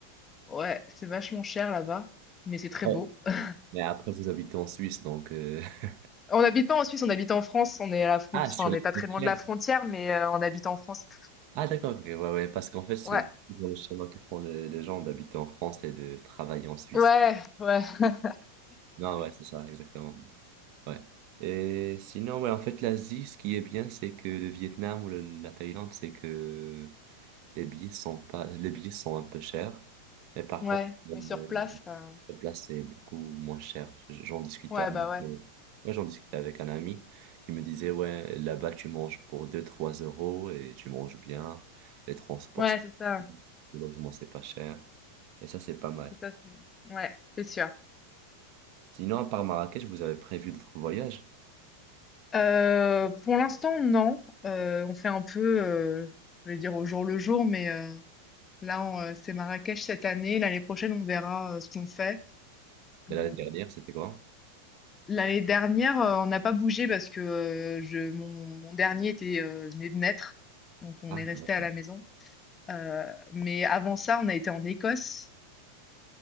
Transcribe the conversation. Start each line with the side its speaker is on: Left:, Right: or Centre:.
Left: ouais, c'est vachement cher là-bas, mais c'est très
Right: Après-
Left: beau. <laughs>
Right: Mais après, vous habitez en Suisse, donc... euh, <laughs>
Left: On n'habite pas en Suisse, on habite en France, on est à la fron
Right: Ah,
Left: enfin,
Right: sur
Left: on n'est
Right: les
Left: pas
Right: frontières.
Left: très loin de la frontière, mais heu, on habite en France.
Right: Ah, d'accord, ok, ouais, ouais, parce qu'en fait, c'est
Left: Ouais,
Right: toujours le schéma que font les les gens d'habiter en France et de travailler en Suisse.
Left: ouais, ouais. <laughs>
Right: Non,
Left: Mais
Right: ouais, c'est ça, exactement. Ouais. Et sinon, ouais, en fait, l'Asie, ce qui est bien, c'est que le Vietnam ou le- la Thaïlande, c'est que les billets sont pas, les billets sont un peu chers. Mais par
Left: Ouais,
Right: contre, le-
Left: mais sur place, euh,
Right: sur place, c'est beaucoup moins cher. J- J'en discutais
Left: ouais,
Right: avec,
Left: bah ouais.
Right: euh, ouais, j'en discutais avec un ami qui me disait, ouais, là-bas, tu manges pour deux trois euros et tu manges bien. Les transports,
Left: Ouais,
Right: c'est-
Left: c'est ça.
Right: le logement, c'est pas cher. Et ça, c'est pas mal.
Left: C'est ça, c'est- ouais, c'est sûr.
Right: Sinon, à part Marrakech, vous avez prévu d'autres voyages?
Left: Euh, pour l'instant, non. Euh, on fait un peu, euh, je vais dire au jour le jour, mais euh, là, on, euh, c'est Marrakech cette année. L'année prochaine, on verra euh, ce qu'on fait.
Right: Et
Left: Euh,
Right: l'année dernière, c'était quoi?
Left: l'année dernière, euh, on n'a pas bougé parce que euh, je, mon, mon dernier était, euh, venait de naître. Donc, on
Right: Ah,
Left: est
Right: d'accord.
Left: resté à la maison. Euh, mais avant ça, on a été en Écosse.